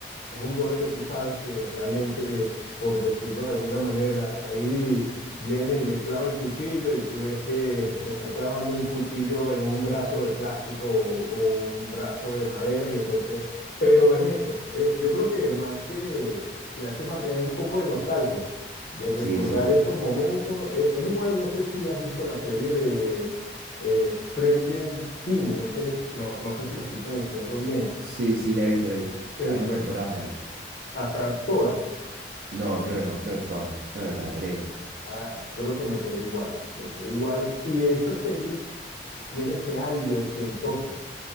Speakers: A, on the left; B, on the right.
A: es un gore que tú sabes que realmente, por decirlo de alguna manera, ahí viene y le clava el cuchillo y tú ves que le está clavando un cuchillo en un brazo de plástico o, o un brazo de madera y entonces, pero es eso. Eh, yo creo que más que, que hace falta, es un poco de nostalgia, de recordar
B: Sí, sí,
A: esos momentos. Eh, es igual, no sé si has visto la serie de eh, Trending Thing, no sé, no, no sé si la estoy pronunciando bien.
B: sí, sí, la he visto, la he visto.
A: Eh,
B: Algunas
A: bueno,
B: temporadas la he visto.
A: hasta todas,
B: No, creo que no, creo que todas no. Creo que hasta la tres
A: ah, creo que me quedé igual, me quedé igual. Y esa serie tiene ese aire ochentoso,